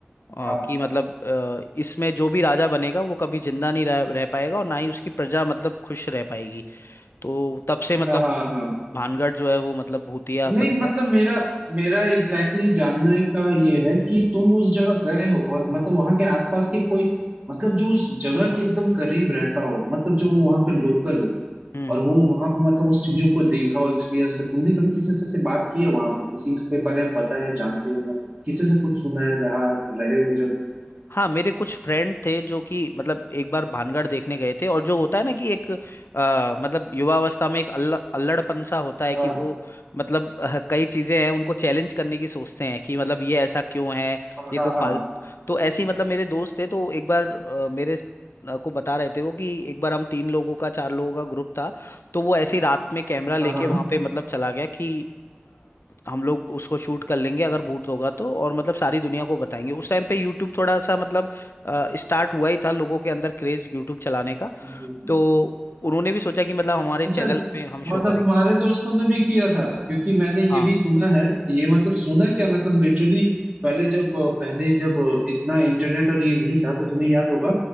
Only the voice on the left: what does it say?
आ,
कि मतलब अ, इसमें जो भी राजा बनेगा वो कभी जिंदा नहीं रह, रह पाएगा और ना ही उसकी प्रजा मतलब खुश रह पाएगी तो तब से
मतलब
भानगढ़ जो है वो मतलब भूतिया बन
गया
हम्म
हम्म।
हाँ मेरे कुछ फ्रेंड थे जो कि मतलब एक बार भानगढ़ देखने गए थे और जो होता है ना कि एक अ, मतलब युवावस्था में एक अल्ल अल्लड़पन सा होता है
कि वो मतलब अ, कई चीजें हैं उनको चैलेंज करने की सोचते हैं कि मतलब ये ऐसा क्यों है ये
तो
फाल हाँ तो ऐसे ही मतलब मेरे दोस्त थे तो एक बार अ, मेरे अ, को बता रहे थे वो कि एक बार हम तीन लोगों का चार लोगों का ग्रुप था तो वो ऐसे ही रात में कैमरा लेके
वहां पे मतलब चला गया कि हम लोग उसको शूट कर लेंगे अगर बूट होगा तो और मतलब सारी दुनिया को बताएंगे उस टाइम पे यूट्यूब थोड़ा सा मतलब स्टार्ट हुआ ही था लोगों के अंदर क्रेज यूट्यूब चलाने का
तो उन्होंने भी सोचा कि मतलब हमारे
चैनल पे हम
शो करेंगे
उसे।
हाँ